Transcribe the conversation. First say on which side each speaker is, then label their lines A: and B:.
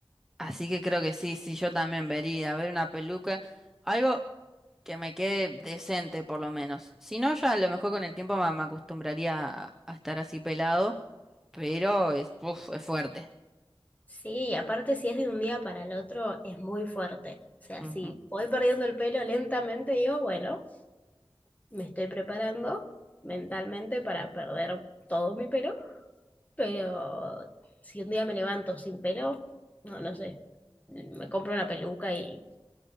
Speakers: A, in the centre; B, on the left.
A: así que creo que sí, sí, yo también vería. ver una peluca. Algo. que me quede decente por lo menos. Si no, ya a lo mejor con el tiempo me, me acostumbraría a, a estar así pelado, pero es, uf, es fuerte.
B: Sí, y aparte si es de un día para el otro, es muy fuerte. O sea,
A: Ujú.
B: si voy perdiendo el pelo lentamente, digo, bueno. me estoy preparando mentalmente para perder todo mi pelo, pero si un día me levanto sin pelo, no, no sé, me compro una peluca y,